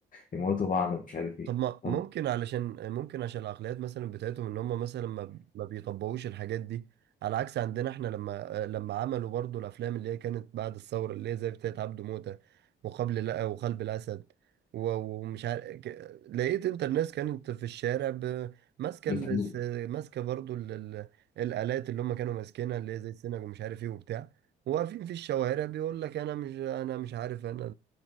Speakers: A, on the left; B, on the right.
A: ويموتوا بعض ومش عارف ايه
B: طب ما
A: طب
B: ممكن علشان ممكن عشان العقليات مثلا بتاعتهم ان هم مثلا ما ما بيطبقوش الحاجات دي على عكس عندنا احنا لما لما عملوا برضو الافلام اللي هي كانت بعد الثوره اللي هي زي بتاعت عبده موته وقبل لا وقلب الاسد و- ومش عارف ك- لقيت انت الناس كانت في الشارع ب- ماسكه
A: <clears throat>
B: ال- س-
A: <laughs>
B: ماسكه برضو ال- ال- الالات اللي هم كانوا ماسكينها اللي هي زي السنج ومش عارف ايه وبتاع واقفين في الشوارع بيقول لك انا مش انا مش عارف انا